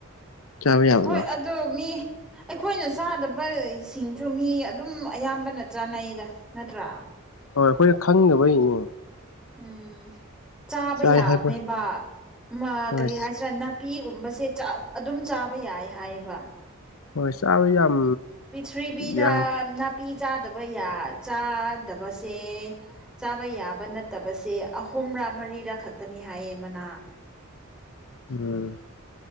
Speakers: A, on the left; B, in the centre.
A: ꯆꯥꯕ ꯌꯥꯕꯗꯣ
B: ꯍꯣꯏ ꯑꯗꯨ ꯃꯤ ꯑꯩꯈꯣꯏꯅ ꯆꯥꯗꯕ ꯁꯤꯡꯁꯨ ꯃꯤ ꯑꯗꯨꯝ ꯑꯌꯥꯝꯕꯅ ꯆꯥꯅꯩꯗ ꯅꯠꯇ꯭ꯔꯥ
A: ꯍꯣꯏ ꯑꯩꯈꯣꯏꯅ ꯈꯪꯅꯕꯩꯅꯦ
B: ꯎꯝ ꯆꯥꯕ
A: ꯆꯥꯏ
B: ꯌꯥꯕꯅꯦꯕ
A: ꯍꯥꯏꯕ
B: ꯑꯃ
A: ꯍꯣꯏ
B: ꯀꯔꯤ ꯍꯥꯏꯁꯤꯔꯥ ꯅꯠ ꯄꯤꯒꯨꯝꯕꯁꯦ ꯑꯗꯨꯝ ꯆꯥꯕ ꯌꯥꯏ ꯍꯥꯏꯕ
A: ꯍꯣꯏ ꯆꯥꯕ ꯌꯥꯝ
B: ꯄꯤꯔꯤꯊ꯭ꯤꯕꯤꯗ
A: ꯌꯥꯝ
B: ꯅꯥꯄꯤ ꯆꯥꯗꯕ ꯆꯥꯗꯕꯁꯦ ꯆꯥꯕ ꯌꯥꯕ ꯅꯠꯇꯕꯁꯦ ꯑꯍꯨꯝꯔꯥ ꯃꯔꯤꯔꯥ ꯈꯛꯇꯅꯤ ꯍꯥꯏꯌꯦ ꯃꯅꯥ
A: ꯎꯝ